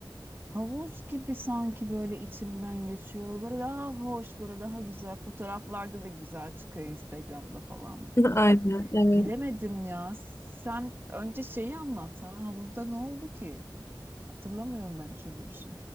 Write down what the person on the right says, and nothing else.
Havuz gibi sanki böyle içimden geçiyor. Böyle daha hoş, böyle daha güzel. Fotoğraflarda da güzel çıkıyor Instagram'da falan
böyle.
Bilemedim ya. Sen önce şeyi anlatsana. Havuzda ne oldu ki? Hatırlamıyorum ben hiç öyle bir şey.